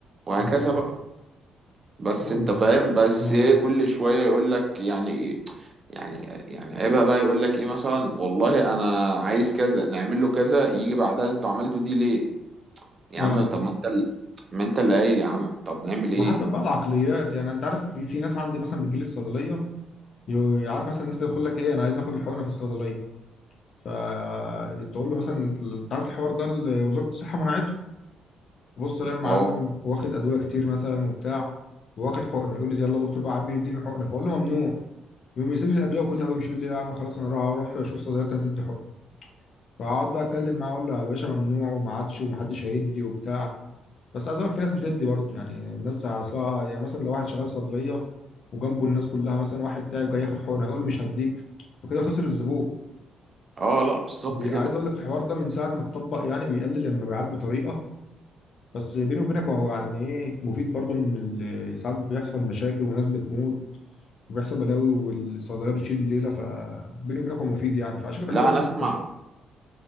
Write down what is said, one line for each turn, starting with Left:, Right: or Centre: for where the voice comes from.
Right: وهكذا
Left: اه
Right: بقى بس
Left: حلو
Right: انت
Left: ده.
Right: فاهم بس
Left: اه
Right: إيه كل شوية يقول لك يعني إيه يعني يعني عيبها بقى يقول لك ايه مثلا والله انا عايز كذا نعمل له كذا يجي بعدها انتوا عملتوا دي ليه يا
Left: اه
Right: عم طب ما انت اللي ما انت اللي قايل يا عم طب نعمل ايه
Left: ما حسب بقى العقليات يعني انت عارف في في ناس عندي مثلا بتجيلي الصيدليه يو- عارف مثلا الناس اللي يقول لك ايه انا عايز اخد الحقنه في الصيدليه فتقول له مثلا انت عارف الحوار ده اللي وزاره الصحه منعته بص لما معلم
Right: اه
Left: واخد ادويه كتير مثلا وبتاع واخد حقنه يقول لي يلا يا دكتور بقى عبيه اديني حقنه فاقول له ممنوع يقوم يسيب لي الادويه كلها ويمشي يقول لي يا عم خلاص انا راح اروح اشوف صيدليه تدي حقنه فاقعد بقى اتكلم معاه اقول له يا باشا ممنوع وما عادش ومحدش هيدي وبتاع بس عايز اقول لك في ناس بتدي برضه يعني الناس اصلها يعني مثلا لو واحد شغال صيدليه وجنبه الناس كلها مثلا واحد تعب جاي ياخد حقنه هيقول له مش هديك فكده خسر الزبون
Right: اه لا بالظبط
Left: بي-
Right: كده
Left: عايز اقول لك الحوار ده من ساعه ما اتطبق يعني بيقلل المبيعات بطريقه بس بيني وبينك هو يعني ايه مفيد برضو ان ال- ساعات بيحصل مشاكل وناس بتموت وبيحصل بلاوي والصيدليه بتشيل الليله فبيني وبينك هو مفيد يعني فعشان كده
Right: لا
Left: بيحولوا
Right: انا
Left: المستشفى
Right: اسمع